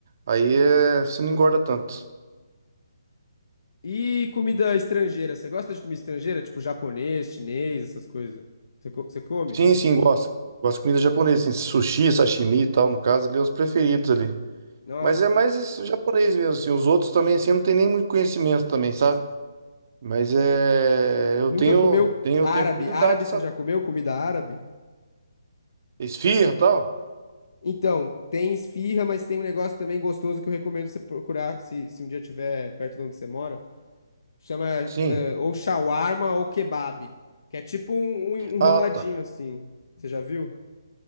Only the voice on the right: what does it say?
Aí é, você não engorda tanto.
Sim, sim, gosto. Gosto de comida japonesa, assim, sushi, sashimi e tal, no caso, ali, é os preferidos ali.
Mas é mais isso, japonês mesmo, assim. Os outros também, assim, eu não tenho nem muito conhecimento também, sabe? Mas é. Eu
tenho,
tenho,
tenho curiosidade,
sabe?
Esfirra tal?
Sim.
Ah, tá.